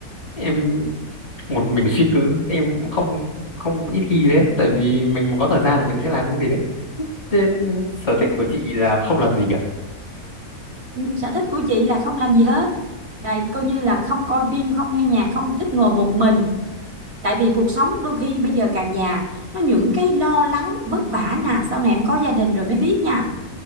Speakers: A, on the left (about 50°); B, on the right (about 85°).
A: Em một mình suy tư em cũng không không ít khi thế tại vì mình mà có thời gian là mình sẽ làm cái gì đấy thế, ừ, sở thích của chị là không làm gì à
B: Ừ, sở thích của chị là không làm gì hết rồi coi như là không coi phim không nghe nhạc không thích ngồi một mình tại vì cuộc sống đôi khi bây giờ càng già nó những cái lo lắng vất vả nè sau này em có gia đình rồi mới biết nha